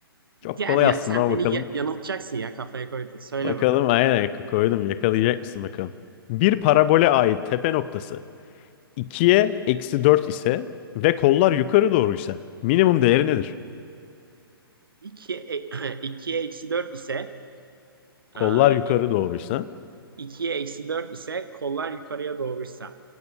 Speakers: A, on the left (about 25°); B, on the right (about 65°).
A: Çok
B: Gel
A: kolay
B: ya.
A: aslında
B: Sen
A: ama
B: beni
A: bakalım
B: ya- yanıltacaksın ya. Kafaya koydun. Söyle
A: Bakalım
B: bakalım.
A: aynen koydum. Yakalayacak mısın bakalım. Bir parabole ait tepe noktası 2'ye eksi 4 ise ve kollar yukarı doğruysa minimum değeri nedir?
B: 2, 2'ye <clears throat> eksi 4 ise Aa,
A: Kollar yukarı doğruysa
B: 2'ye eksi 4 ise kollar yukarıya doğruysa.